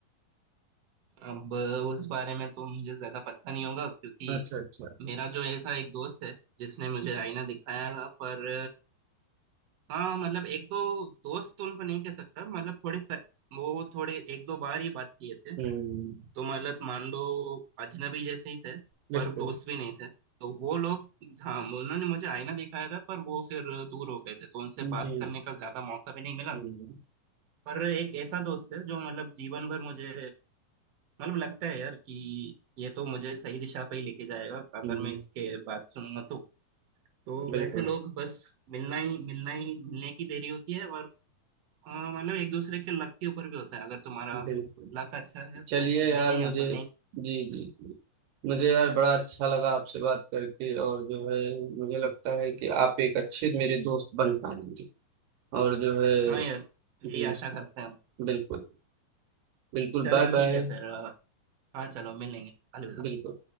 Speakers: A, on the right; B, on the right.
A: अब उस बारे में तो मुझे ज्यादा पता नहीं होगा क्योंकि
B: अच्छा अच्छा
A: मेरा जो ऐसा एक दोस्त है जिसने मुझे आईना दिखाया था पर हाँ मतलब एक दो दोस्त तो उनको नहीं कह सकता मतलब थोड़े क- वो थोड़े एक दो बार ही बात किए थे
B: हम्म
A: तो मतलब मान लो अजनबी जैसे ही थे
B: बिल्कुल
A: पर दोस्त भी नहीं थे तो वो लोग हाँ उन्होंने मुझे आईना दिखाया था पर वो फिर दूर हो गए थे तो उनसे
B: जी
A: बात करने का ज्यादा मौका भी नहीं मिला
B: हम्म
A: पर एक ऐसा दोस्त है जो मतलब जीवन भर मुझे मतलब लगता है यार कि ये तो मुझे सही दिशा पे ही लेके जाएगा अगर
B: हम्म,
A: मैं इसके बात सुनूंगा तो तो
B: बिल्कुल
A: वैसे लोग बस मिलना ही मिलना ही मिलने की देरी होती है और अ, मतलब एक दूसरे के लक के ऊपर भी होता है अगर तुम्हारा
B: बिल्कुल
A: लक अच्छा है तो
B: चलिए
A: मिलेंगे
B: यार मुझे
A: या तो नहीं
B: जी जी जी मुझे यार बड़ा अच्छा लगा आपसे बात करके और जो है मुझे लगता है कि आप एक अच्छे मेरे दोस्त बन पाएंगे और जो है
A: हाँ यार यही
B: जी
A: आशा करते हैं
B: बिल्कुल बिल्कुल
A: चलो
B: बाय
A: ठीक
B: बाय
A: है फिर अ, हाँ चलो मिलेंगे अलविदा
B: बिल्कुल